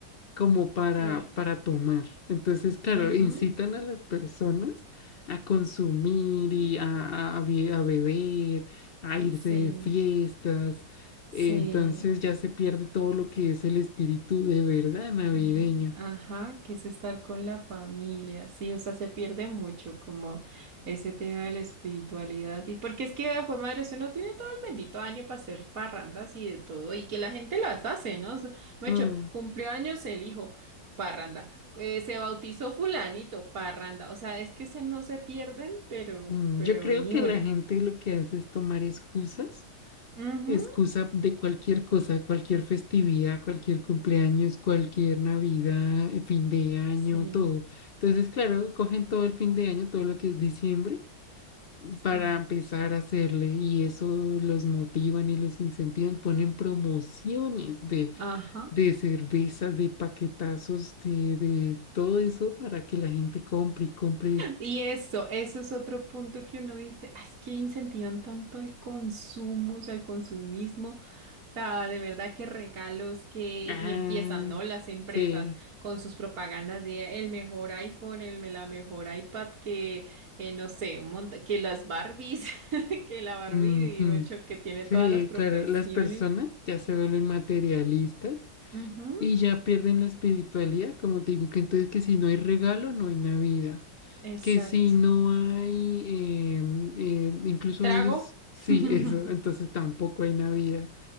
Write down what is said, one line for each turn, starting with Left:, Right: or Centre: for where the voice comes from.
Left: como para,
Right: sí.
Left: para tomar. Entonces, claro,
Right: Ujú,
Left: incitan a las personas a consumir y a, a- a be- a beber, a irse
Right: Sí,
Left: de fiestas.
Right: sí.
Left: Eh, Entonces ya se pierde todo lo que es el espíritu de verdad navideño.
Right: Mm, Ajá, que es estar con la familia, sí, o sea, se pierde mucho como ese tema de la espiritualidad y porque es que, fue madre, si uno tiene todo el bendito año para hacer parrandas y de todo y que la gente las hace, ¿no? O sea, me
Left: Mm,
Right: hecho, cumplió años el hijo, parranda, eh, se bautizó fulanito, parranda, o sea, es que se no se pierden, pero,
Left: mm.
Right: pero
Left: Yo creo
Right: ni
Left: que
Right: una.
Left: la gente lo que hace es tomar excusas
Right: Ujú,
Left: excusa de cualquier cosa, cualquier festividad, cualquier cumpleaños, cualquier Navidad, eh, fin de año,
Right: Sí,
Left: todo. Entonces, claro, cogen todo el fin de año, todo lo que es diciembre, para
Right: sí,
Left: empezar a hacerle y eso los motivan y los incentivan, ponen promociones de,
Right: ajá.
Left: de cervezas, de paquetazos, de, de todo eso para que la gente compre y compre.
Right: Y eso, eso es otro punto que uno dice, "Ah, es que incentivan tanto el consumo, o sea, el consumismo, o sea, de verdad que regalos que,
Left: Ah,
Right: y empiezan, ¿no? Las empresas
Left: sí.
Right: con sus propagandas de el mejor iPhone, el, la mejor iPad, que, eh, no sé, un monta- que las Barbies, <laughs> que la Barbie,
Left: Ujú.
Right: digo, hecho, que tiene
Left: Sí,
Right: todas las profesiones.
Left: claro, las personas ya se vuelven materialistas
Right: Ujú,
Left: y ya pierden la espiritualidad, como te digo, que entonces que si no hay regalo, no hay Navidad,
Right: exacto.
Left: que si no hay, em, em, incluso
Right: Trago.
Left: a veces, sí,
Right: <laughs>
Left: <laughs> eso, entonces tampoco hay Navidad.